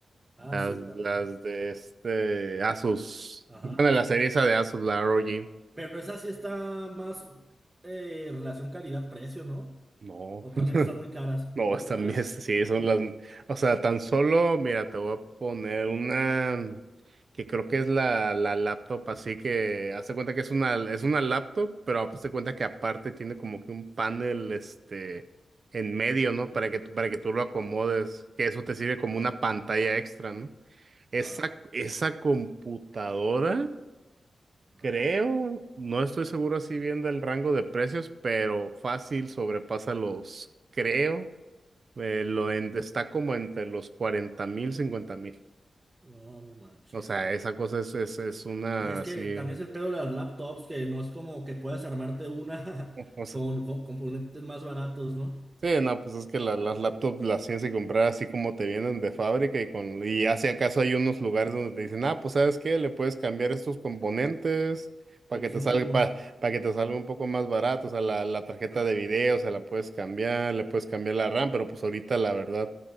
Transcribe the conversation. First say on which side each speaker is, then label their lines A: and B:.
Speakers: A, on the right; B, on the right.
A: ah,
B: las,
A: sí, también.
B: las de este Asus.
A: Ajá,
B: Bueno,
A: sí,
B: la serie
A: sí, sí.
B: esa de Asus, la ROG.
A: Pero esa sí está más eh, relación calidad-precio, ¿no?
B: No.
A: O también están muy caras.
B: No,
A: ¿Están
B: están
A: muy caras?
B: bien, <laughs> sí, son las, o sea, tan solo, mira, te voy a poner una que creo que es la, la laptop, así que hazte cuenta que es una, es una laptop, pero hazte cuenta que aparte tiene como que un panel, este, en medio,
A: Ah, canijo.
B: ¿no? Para que, tú- para que tú lo acomodes, que eso te sirve como
A: Ah,
B: una pantalla extra, ¿no? Esa,
A: ah,
B: esa computadora,
A: ah.
B: creo, no estoy seguro así bien del rango de precios, pero fácil sobrepasa los, creo. Eh, lo en- está como entre los cuarenta mil, cincuenta mil.
A: No, no manches.
B: O sea, esa cosa es, es, es una
A: Y es
B: así.
A: que también es el pedo de las laptops, que no es como que puedas armarte una
B: <laughs>
A: <laughs> con, con componentes más baratos, ¿no?
B: Sí, no, pues es que la- las laptops las tienes que comprar así como te vienen de fábrica y con y ya si acaso hay unos lugares donde te dicen, ah, pues sabes qué, le puedes cambiar estos componentes para
A: Pero
B: que
A: son
B: te salga
A: mínimos.
B: para, para que te salga un poco más barato, o sea, la, la tarjeta
A: Ajá.
B: de video se la puedes cambiar, le puedes cambiar la RAM, pero pues ahorita la verdad